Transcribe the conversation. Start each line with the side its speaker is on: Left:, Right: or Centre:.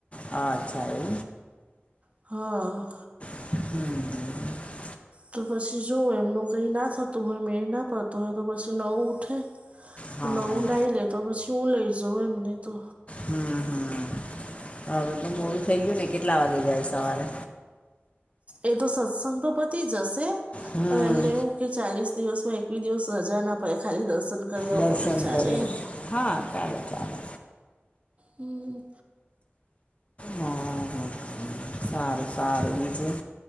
Left: હ અચ્છા એ
Right: હમ
Left: હમ હમ
Right: તો પછી જોવ એમનું કઈ ના થતું હોય મેળ ના પડતો હોય તો પછી નવું ઉઠે
Left: હા
Right: નવું નાહી લેતો પછી હું લઈ જાઉં એમને તો
Left: હમ હમ હવે તો મોડું થઇ ગયું ને કેટલા વાગે જાય સવારે
Right: એ તો સત્સંગો પતિ જ હશે
Left: હમ
Right: પણ એમને એવું કે ચાલીસ દિવસ માં એક બી દિવસ રજા ના પડે ખાલી દર્શન કરી આવ
Left: દર્શન
Right: પમી ચાલે
Left: કરીને
Right: એમ
Left: હા ચાલે ચાલે
Right: હમ
Left: હમ, હમ. સારું સારું બીજું